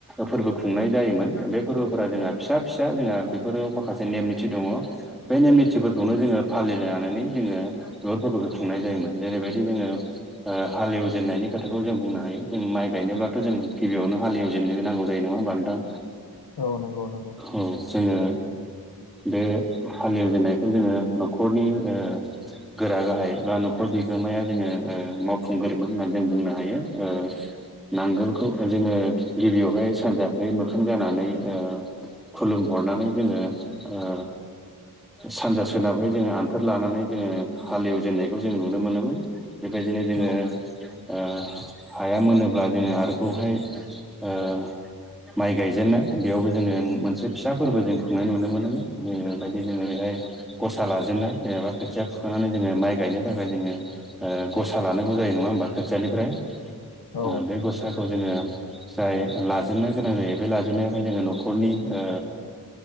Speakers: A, in the centre; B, on the left (about 85°).
A: फोरबो खुंनाय जायोमोन। बे फोरबोफोरा जोंहा फिसा-फिसा जोंहा बेफोराव माखासे नेम-निथि दङ। बे नेम निथिफोरखौनो जोंङो फालिनानै जोंङो <unintelligible> बिगार फोरबोफोरखौ खुंनाय जायोमोन। जेरैबायदि जोंङो ओ हाल एजेननायनि खोथाखौ जों बुंनो हायो। जों माइ गायनोब्लाथ' जोंङो गिबियावनो हाल ऐव जिनो नांगौ जायो नङा होमबा नोंथां
B: औ नंगौ नंगौ
A: उम जोङो। बे हालेवजेननायखौ जोङो न'खरनि ओ गोरा गाहाय बा न'खर बिगोमाया जोङो ओ मावफुंगोरोमोन होनना जों बुंनो हायो ओ नांगोलखौ ओ जोङो गिबियावहाय सानजाखै मोखां जानानै ओ खुलुमहरनानै जोङो ओ सानजा सोनाबहाय जोङो आन्थोर लानानै जोङो हालेवजेननायखौ जों नुनो मोनोमोन। बेबायदिनो जोङो
B: औ
A: ओ हाया मोनोब्ला जोङो आरोबावहाय ओ माइ गायजेननाय बेयावबो जोङो मोनसे फिसा फोरबो जों खुंनाय नुनो मोनोमोन ओ बेबायदि जोङो बेहाय गसा लाजेननाय जेनेबा खोथिया फुखांनानै जोङो माइ गायनो थाखाय जोङो ओ गसा लानांगौ जायो नङा होमबा खोथियानिफ्राय।
B: औ
A: ओ बे गसाखौ जोङो जाय लाजेननो गोनां जायो बे लाजेननायाव बेय जोङो न'खरनि ओ